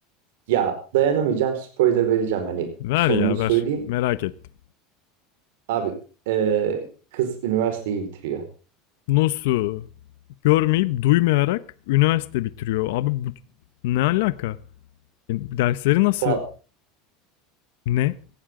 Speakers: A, on the right (about 80°); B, on the left (about 75°).
A: Ya dayanamayacağım spoiler vereceğim hani
B: Ver
A: sonunu
B: ya
A: söyleyeyim.
B: ver. Merak ettim.
A: Abi e, kız üniversiteyi bitiriyor.
B: Nasıl? Görmeyip duymayarak üniversite bitiriyor. Abi bu ne alaka? E, Dersleri nasıl?
A: Fa-
B: Ne?